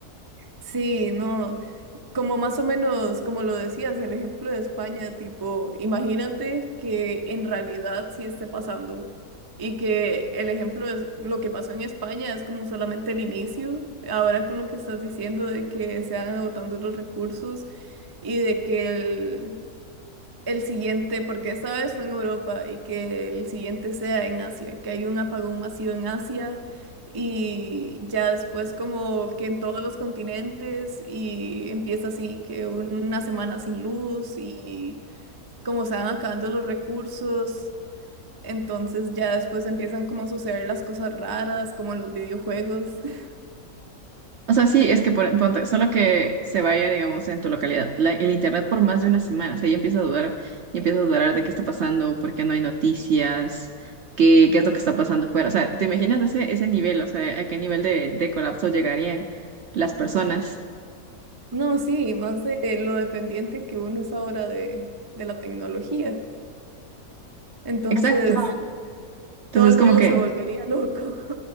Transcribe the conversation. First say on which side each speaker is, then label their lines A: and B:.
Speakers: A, on the right; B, on the right.
A: sí, no, como más o menos, como lo decías, el ejemplo de España, tipo, imagínate que en realidad sí esté pasando y que el ejemplo es lo que pasó en España es como solamente el inicio, ahora con lo que estás diciendo de que se van agotando los recursos y de que el, el siguiente, porque esta vez fue en Europa y que el siguiente sea en Asia, que hay un apagón masivo en Asia y ya después como que en todos los continentes y empieza así, que una semana sin luz y como se van acabando los recursos, entonces ya después empiezan como a suceder las cosas raras, como en los videojuegos. <laughs>
B: O sea, sí, es que por- ponte, solo que se vaya, digamos, en tu localidad, la- el internet por más de una semana, o sea, ya empieza a dudar, y empieza a dudar de qué está pasando, por qué no hay noticias, qué, qué es lo que está pasando fuera. O sea, ¿te imaginas ese, ese nivel? O sea, ¿a qué nivel de, de colapso llegarían las personas?
A: No, sí, más de lo dependiente que uno es ahora de, de la tecnología. Entonces,
B: Exacto. Entonces,
A: todo el mundo
B: como que,
A: se volvería loco.